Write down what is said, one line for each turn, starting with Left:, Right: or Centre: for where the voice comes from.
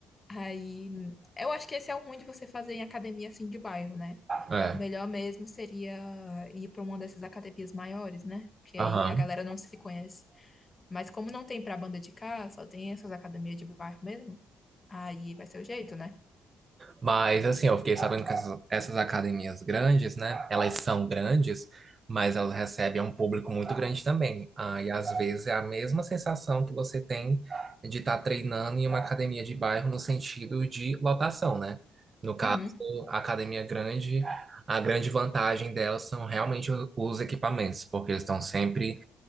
Left: Aí, eu acho que esse é o ruim de você fazer em academia assim de bairro, né?
Right: é.
Left: O melhor mesmo seria ir para uma dessas academias maiores, né? Porque
Right: Aham.
Left: aí a galera não se conhece. Mas como não tem para banda de cá, só tem essas academias de bairro mesmo, aí vai ser o jeito, né?
Right: Mas assim, eu fiquei sabendo que essas, essas academias grandes, né? Elas são grandes, mas elas recebem um público muito grande também. Ah, e às vezes é a mesma sensação que você tem de estar treinando em uma academia de bairro no sentido de lotação, né? No caso,
Left: Uhum,
Right: a academia grande, a grande vantagem delas são realmente o- os equipamentos, porque eles estão sempre